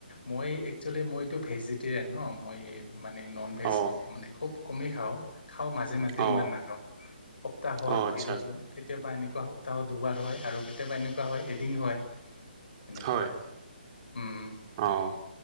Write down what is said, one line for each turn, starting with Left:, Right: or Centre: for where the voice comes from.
Left: মই একচুৱেলি মইতো ভেজিটেৰিয়ান ন মই মানে নন ভেজ
Right: অ',
Left: মানে খুব কমেই খাওঁ। খাওঁ মাজে মাজে ইমান
Right: অ',
Left: নাখাওঁ সপ্তাহত
Right: অ', আচ্ছা আচ্ছা।
Left: কেতিয়াবা এনেকুৱা সপ্তাহত দুবাৰ হয় আৰু কেতিয়াবা এনেকুৱা হয় এদিন হয়। এনেকুৱা
Right: হয়।
Left: উম
Right: অ'